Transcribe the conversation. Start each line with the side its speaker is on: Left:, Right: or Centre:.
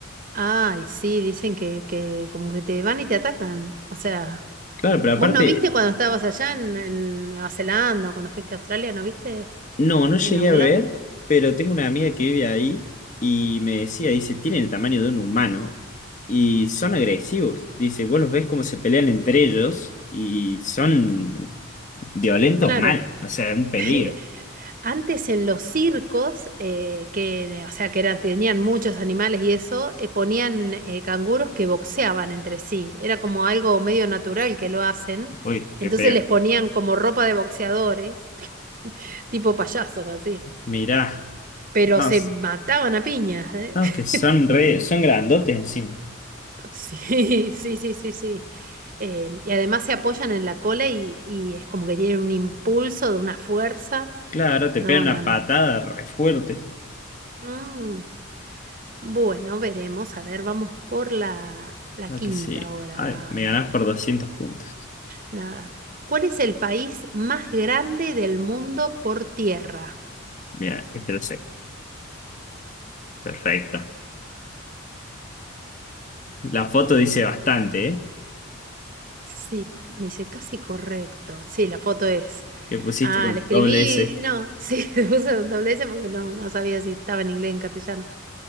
Right: Ay, sí, dicen que, que como que te van y te atacan. O sea,
Left: Claro, pero aparte,
Right: ¿vos no viste cuando estabas allá en, en Nueva Zelanda o cuando fuiste a Australia? ¿No viste
Left: no, no llegué
Right: en algún
Left: a ver,
Right: lado?
Left: pero tengo una amiga que vive ahí y me decía, dice, tienen el tamaño de un humano y son agresivos. Dice, vos los ves cómo se pelean entre ellos y son violentos
Right: Claro.
Left: mal. O sea, un peligro.
Right: <laughs> Antes en los circos, eh, que, eh, o sea, que eran, tenían muchos animales y eso, eh, ponían eh, canguros que boxeaban entre sí. Era como algo medio natural que lo hacen.
Left: Uy,
Right: Entonces
Left: qué feo.
Right: les ponían como ropa de boxeadores, tipo payasos así.
Left: Mirá.
Right: Pero
Left: No,
Right: se mataban a piñas, ¿eh?
Left: No, que son re,
Right: <laughs>
Left: son grandotes encima.
Right: Sí, sí, sí, sí, sí. Eh, y además se apoyan en la cola y, y es como que tienen un impulso de una fuerza.
Left: Claro, te
Right: No,
Left: pegan una
Right: no, no.
Left: patada re fuerte.
Right: Mm, Bueno, veremos. A ver, vamos por la, la
Left: Ah,
Right: quinta
Left: que sí.
Right: ahora.
Left: Ay, me ganás por 200 puntos.
Right: Nada. ¿Cuál es el país más grande del mundo por tierra?
Left: Bien, es que lo sé. Perfecto. La foto dice bastante, ¿eh?
Right: Sí, porque me dice casi correcto. Sí, la foto es.
Left: Que pusiste
Right: Ah,
Left: con
Right: la escribí.
Left: doble S.
Right: No, sí, <laughs> le puse un doble S porque no, no sabía si estaba en inglés o en castellano.